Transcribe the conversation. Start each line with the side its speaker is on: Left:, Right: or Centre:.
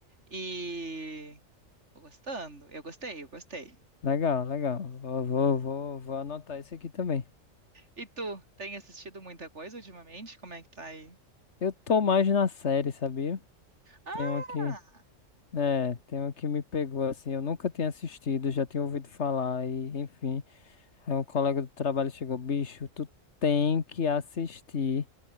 Right: e tô gostando. Eu gostei, eu gostei.
Left: Legal, legal. Vou, vou, vou, vou anotar esse aqui também.
Right: E tu, tem assistido muita coisa ultimamente? Como é que tá aí?
Left: Eu tô mais na série, sabia?
Right: Ah,
Left: Tem uma que, é, tem uma que me pegou assim, eu nunca tinha assistido, já tinha ouvido falar e, enfim, aí um colega do trabalho chegou, bicho, tu tem que assistir,